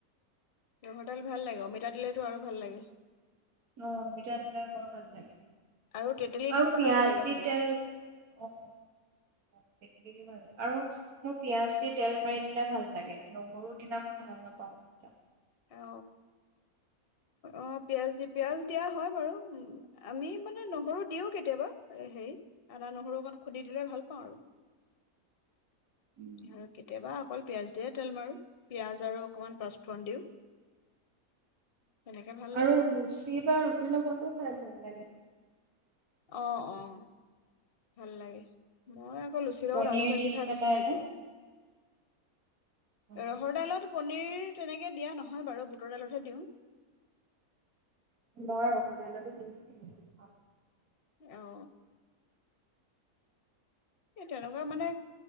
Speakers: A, on the left (about 45°); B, on the right (about 80°).
A: ৰহৰ দাইল ভাল লাগে অমিতা দিলেতো আৰু ভাল লাগে
B: অ, অমিতা দিলে বৰ ভাল লাগে,
A: আৰু তেতেলী দিও
B: আৰু
A: বনাব
B: পিয়াজ
A: পাৰি ৰহৰ
B: দি
A: দাইল
B: তেল, অ', তেতেলী দি ভাল লাগে। আৰু মোৰ পিয়াজ দি তেল মাৰি দিলে ভাল লাগে, নহৰু দিনা মই ভাল নাপাওঁ।
A: অ, অ, পিয়াজ দি, পিয়াজ দিয়া হয় বাৰু আমি মানে নহৰু দিওঁ কেতিয়াবা, হেৰি আদা-নহৰু অকণ খুন্দি দিলে ভাল পাওঁ আৰু।
B: উম।
A: আৰু কেতিয়াবা অকল পিয়াজ দিয়ে তেল মাৰোঁ, পিঁয়াজ আৰু অকমান পাঁচফোৰণ দিওঁ। তেনেকে ভাল
B: আৰু
A: লাগে
B: লুচি বা ৰুটিৰ লগতো খাই ভাল লাগে।
A: অ', অ', ভাল লাগে, মই আকৌ লুচিৰ
B: পনীৰ
A: লগত আলু ভাজি
B: দি
A: খাই
B: পেলাই।
A: বেছি ভাল
B: যে।
A: পাওঁ।
B: অ',
A: ৰহৰ ডাইলত পনীৰ তেনেকে দিয়া নহয় বাৰু বুটৰ দাইলতহে দিওঁ।
B: মই ৰহৰ ডাইলটো <unintelligible>
A: এ অ'। এই তেনেকুৱা মানে